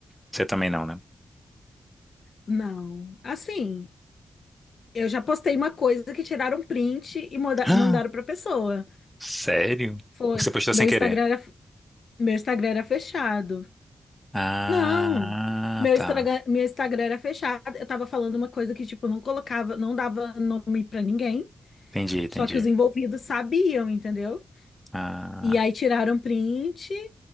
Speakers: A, in the centre; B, on the left (about 65°).
A: Você também não, né? <gasps>
B: Não. Assim, eu já postei uma coisa que tiraram um print e moda-
A: Ah,
B: mandaram pra pessoa.
A: sério?
B: Foi.
A: Você postou
B: Meu
A: sem querer.
B: Instagram era, meu Instagram era fechado.
A: Ah,
B: Não, meu
A: tá.
B: Instagram, meu Instagram era fechado. Eu tava falando uma coisa que, tipo, eu não colocava, não dava nome pra ninguém,
A: Entendi, entendi.
B: só que os envolvidos sabiam, entendeu?
A: Ah,
B: E aí tiraram print